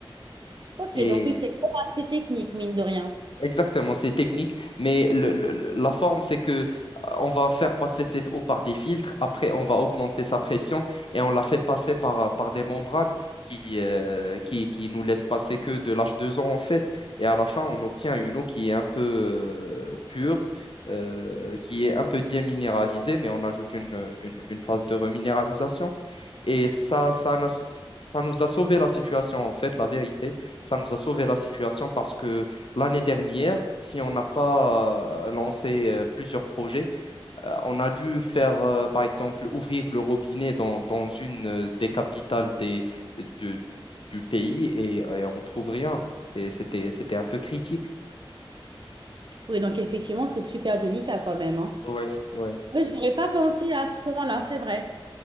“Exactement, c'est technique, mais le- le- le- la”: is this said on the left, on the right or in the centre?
Left